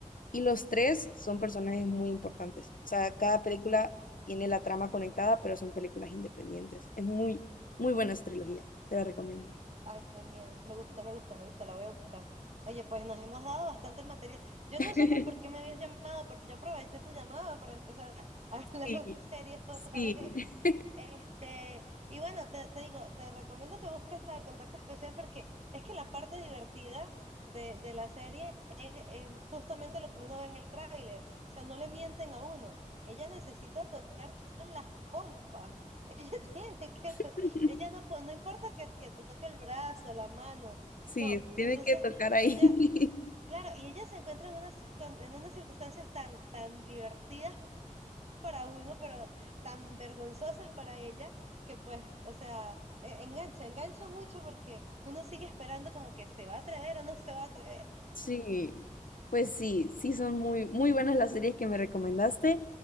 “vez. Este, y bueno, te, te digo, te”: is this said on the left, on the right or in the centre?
Right